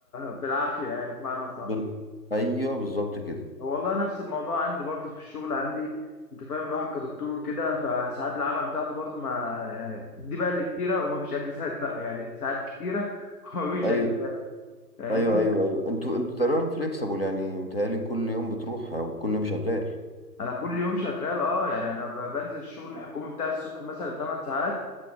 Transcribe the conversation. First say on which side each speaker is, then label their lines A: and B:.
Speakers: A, on the left (about 65°); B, on the left (about 40°).
A: بالعافية يعني بمعنى
B: ب...
A: صح
B: ايوه بالظبط كده
A: والله نفس الموضوع عندي برضو في الشغل عندي انت فاهم الواحد كدكتور وكده فساعات العمل بتاعته برضو ما يعني دي بقى اللي كتيرة ومفيش اجازات بقى يعني ساعات كتيرة <laughs> ومفيش
B: ايوه
A: اجازات فاهمني
B: ايوه ايوه ايوه انتوا انتوا تقريبا فليكسبل يعني متهيألي كل يوم بتروح او كل يوم شغال
A: انا كل يوم شغال اه يعني انا ب- بنزل الشغل الحكومي بتاعي الصبح مثلا 8 ساعات